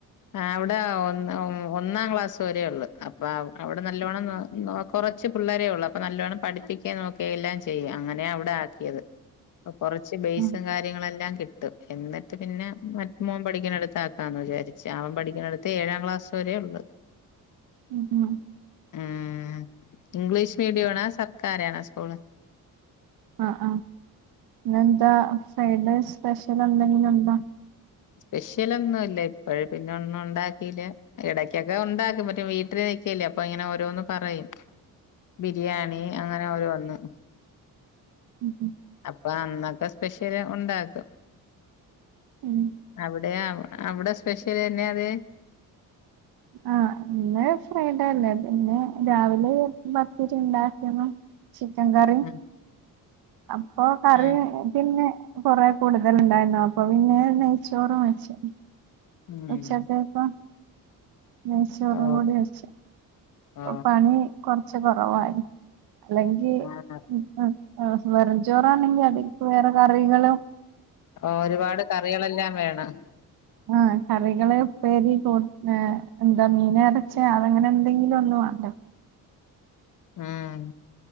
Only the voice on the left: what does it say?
ആഹ് വി- പ്പ ഒന്നാം ഒ ഒന്നാം ക്ലാസ് വരെ ഉള്ളൂ അപ്പ അവിടെ നല്ലോണ്ണം നോ നോക്ക് കുറച്ച് പിള്ളരെഒള്ളു അപ്പ നല്ലൊണ്ണം പഠിപ്പിക്കും നോ എല്ലാം ചെയ്യാം അങ്ങനെയാ അവടെ ആക്കിയത് കൊറച്ച് ബേസും
കാര്യങ്ങളുമെല്ലാം കിട്ട് ത് എന്നി പിന്നെ മ മോൻ പഠിക്കണിടത്ത് ചേർത്താന്ന് വിചാരിച്ച് ആ പഠിക്കണിടത്തെ ഏഴാം ക്ലാസ്സ്‌ വരെള്ള്.
ആഹ് ഇംഗ്ലീഷ് മീഡിയാണോ സർക്കാരാണോ സ്കൂള്
സ്പെഷ്യലൊന്നുല്ല ഇപ്പഴ് പിന്നൊന്നുണ്ടാകീല ഇടക്കൊക്കെ ഉണ്ടാക്കും മറ്റേ വീട്ടിലിരികീലെ അപ്പൊ ഓരോന്ന് പറയും. ബിരിയാണി അങ്ങനെ ഓരോന്ന്.
അപ്പൊ അന്നക്ക സ്പെഷ്യല് ഒണ്ടാക്കും.
അവിടെയാവ് അവടെ സ്പെഷ്യല് എന്യാത്
ഉം
ഉം
ഉം
ഓ
ഓ
ആഹ്
ഓരുപാട് കറികളെല്ലാം വേണം
ഉം